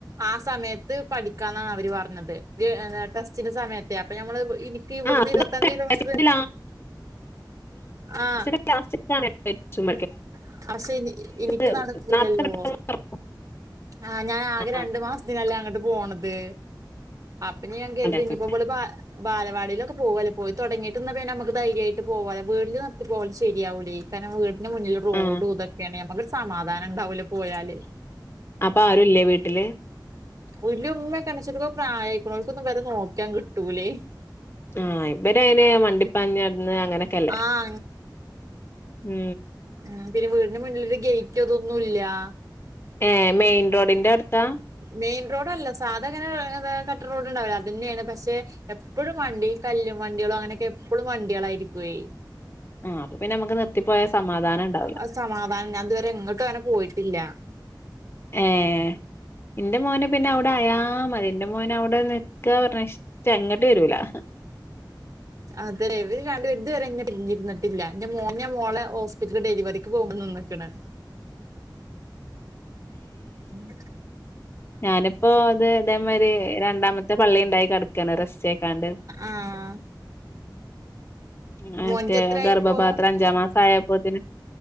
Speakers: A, on the right; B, on the left.
A: ആ സമയത്ത് പഠിക്കാന്നാ അവര് പറഞ്ഞത് ഏ ടെസ്റ്റിന്റെ സമയത്തെ അപ്പൊ ഞമ്മള് ഈ നി <unintelligible> ഇവിട്ന്ന്
B: ആ
A: ഇരുവത്തഞ്ച്
B: അത്
A: കിലോമീറ്ററ്
B: ടെസ്റ്റിന്റെ
A: ആഹ്
B: ലാസ്റ്റ്ക്കാണെ. <unintelligible>
A: <unintelligible> എനിക്ക്
B: നേരത്തെ
A: നടക്കൂലല്ലോ
B: പെട്ടെന്ന് തുറക്കും
A: ആഹ് ഞാൻ ആകെ
B: ആ
A: രണ്ട് മാസത്തിനല്ലേ അങ്ങട്ട് പോണത് അപ്പഞ്ഞി ഞാൻ കരുതി
B: അതെ അതെ.
A: ഇനിപ്പൊ ഇവള് ബാ ബാലവാടിലൊക്കെ പോവൊലേ പോയി തൊടങ്ങീട്ട്ന്നാ പിന്നെ നമ്മക്ക് ധൈര്യായിട്ട് പോവലോ വീടില് നിർത്തി പോവല് ശരിയാവൂലേ കാരണം വീട്ട്ന്റെ മുന്നില് റോഡും
B: ആ
A: ഇതക്കേണെ ഞമ്മക്കൊരു സമാധാനം ണ്ടാവൂല പോയാല്.
B: അപ്പ ആരുല്ലേ വീട്ടില്
A: വീട്ടില് ഉമ്മയൊക്കെണ്ട് പക്ഷേ ഓര്കൊക്കേ പ്രായായിക്കുണു ഓൽക്കൊന്നും ഇവരെ നോക്കാൻ കിട്ടൂലേ.
B: ആഹ് ഇവരങ്ങനെ മണ്ടിപ്പാഞ്ഞടന്ന് അങ്ങനെക്കല്ലേ.
A: ആഹ്
B: മ്ഹ്
A: ആഹ് പിന്നെ വീടിന്റെ മുന്നിലൊരു ഗേറ്റ് അതൊന്നുല്ലാ.
B: ഏഹ് മെയിൻ റോഡിന്റെ അട്ത്താ
A: മെയിൻ റോഡല്ല സാധാങ്ങനെ കട്ട് റോഡ്ണ്ടാവൂല്ലേ അതന്നേണ് പക്ഷേ എപ്പഴും വണ്ടി കല്ലും വണ്ടികളും അങ്ങനെയൊക്കെ എപ്പളും വണ്ടികളായിരിക്കുവേ
B: ആഹ് അപ്പൊ പിന്നെ അമ്മക്ക് നിർത്തിപ്പോയാ സമാധാനണ്ടാവൂല
A: അത് സമാധാനം ഞാൻ ഇതുവരെ എങ്ങ്ട്ടും അങ്ങനെ പോയിട്ടില്ലാ
B: ഏഹ് ന്റെ മോന് പിന്നെ അവിടെ അയാ മതി ന്റെ മോന് അവിടെ നിക്കാ പറഞ്ഞ ഇഷ്ട്ടാ ഇങ്ങട്ട് വരൂലാ
A: അതേ ഇവര് രണ്ടുപേരും ഇത് വരെ എന്നെ പിരിഞ്ഞിരുന്നിട്ടില്ല എന്റെ മോനേം മോളേം ഹോസ്പിറ്റൽ ഡെലിവറി <unintelligible> പോവ്മ്പോ നിന്ന്ക്ക്ണ്. ഉം.
B: ഞാന്പ്പോ ഇത് ഇതേമാരി രണ്ടാമത്തെ പള്ളിണ്ടായി കെടക്കാണ് റെസ്റ്റായിക്കാണ്ട്.
A: ആഹ്
B: മറ്റേ
A: മോനിക്ക് എത്രായിപ്പോ
B: ഗർഭപാത്രം അഞ്ചാം മാസായപ്പോത്തേന്